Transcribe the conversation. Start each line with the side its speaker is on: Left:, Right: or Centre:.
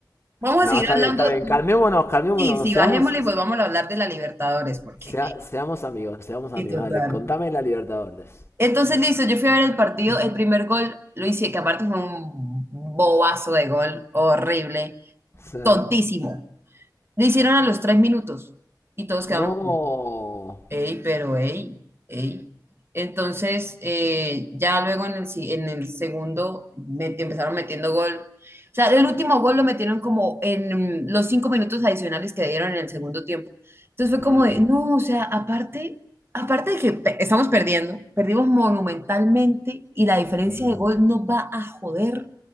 Right: Vamos
Left: no,
Right: a seguir
Left: está
Right: hablando.
Left: bien, está bien. Calmémonos, calmémonos.
Right: Sí, sí,
Left: Seamos,
Right: bajémosle y volvamos a hablar de la Libertadores, porque...
Left: sea-
Right: eh,
Left: seamos amigos, seamos amigos.
Right: Sí, total.
Left: Dale, contame la Libertadores.
Right: Entonces, listo, yo fui a ver el partido, el primer gol lo hice, que aparte fue un bobazo de gol, horrible,
Left: O
Right: tontísimo. Lo hicieron a los tres minutos y todos quedamos...
Left: no.
Right: Ey, pero ey, ey. Entonces, eh, ya luego en el, si- en el segundo met- empezaron metiendo gol. O sea, el último gol lo metieron como en los cinco minutos adicionales que dieron en el segundo tiempo. Entonces fue
Left: Mm,
Right: como de, no, o sea, aparte, aparte de que pe- estamos perdiendo, perdimos monumentalmente y la diferencia
Left: mm.
Right: de gol nos va a joder